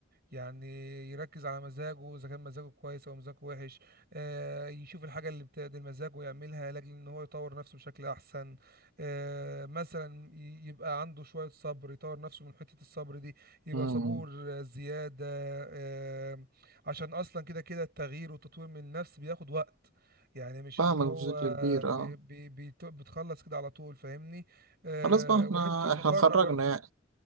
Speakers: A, on the right; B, on the right.
A: يعني يركز على مزاجه اذا كان مزاجه كويس او مزاجه وحش آه، يشوف الحاجه اللي بتعدل مزاجه ويعملها لاجل ان هو يطور نفسه بشكل احسن آه، مثلا ي- يبقى عنده شويه صبر يطور نفسه من حته الصبر دي يبقى
B: امم
A: صبور آه، زياده آه، عشان اصلا كده كده التغيير والتطوير من النفس بياخد وقت يعني مش
B: فاهمك
A: اللي هو
B: بشكل كبير
A: بي
B: اه
A: بي بيت- بتخلص كده على طول فاهمني آه،
B: خلاص بقى احنا
A: وحته المقارنه
B: احنا اتخرجنا
A: برضو
B: يعني